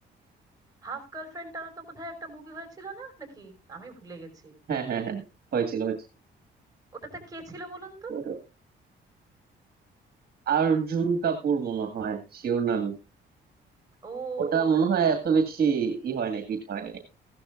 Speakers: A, on the right; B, on the right.
A: হাফ গার্লফ্রেন্ড তারও তো বোধহয় একটা মুভি হয়েছিল না নাকি আমি ভুলে গেছি
B: হ্যাঁ হ্যাঁ হ্যাঁ হয়েছিল হয়েছিল
A: ওটাতে কে ছিল বলুন তো
B: ও- অর্জুন কাপুর মনে হয় শিওর নাম
A: ও
B: ওটা মনে হয় এত বেশি ই হয় না হিট হয় না